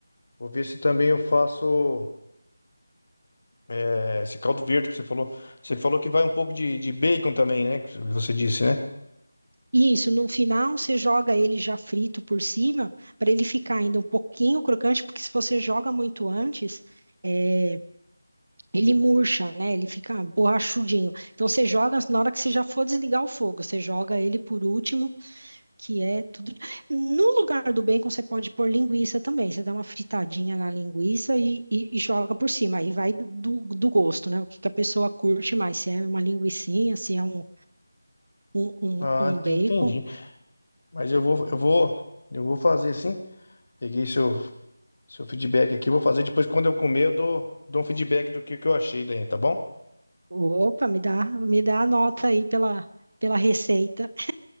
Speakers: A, on the left; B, on the right.
A: Vou ver se também eu faço é, esse caldo verde que você falou. Você falou que vai um pouco de, de bacon também, né? Que você disse, né?
B: Isso, no final você joga ele já frito por cima, para ele ficar ainda um pouquinho crocante, porque se você joga muito antes, é, ele murcha, né? Ele fica borrachudinho. Então você joga na hora que você já for desligar o fogo, você joga ele por último que é tudo. No lugar do bacon, você pode pôr linguiça também. Você dá uma fritadinha na linguiça e, e- e joga por cima. Aí vai do, do- gosto, né? O que que a pessoa curte mais. Se é uma linguicinha, se é um, um, um-
A: Ah,
B: um
A: ent-
B: bacon.
A: entendi. Mas eu vou, eu vou, eu vou fazer sim. Peguei seu, Seu feedback aqui, eu vou fazer. Depois, quando eu comer, eu dou, dou um feedback do que, que eu achei daí, tá bom?
B: Opa, me dá, me dá a nota aí pela, pela receita.